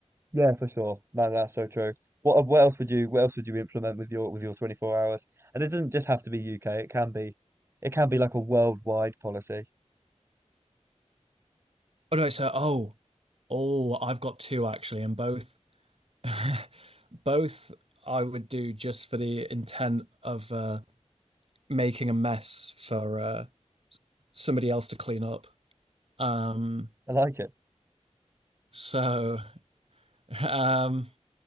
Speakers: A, on the right; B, on the right.
A: yeah, for sure. Man, that's so true. What what else would you what else would you implement with your with your 24 hours? And it doesn't just have to be UK. It can be it can be like a worldwide policy.
B: Or do I say, oh, oh, I've got two actually, and both <laughs> Both I would do just for the intent of uh, making a mess for uh, somebody else to clean up. Um,
A: I like it.
B: so, <laughs> um,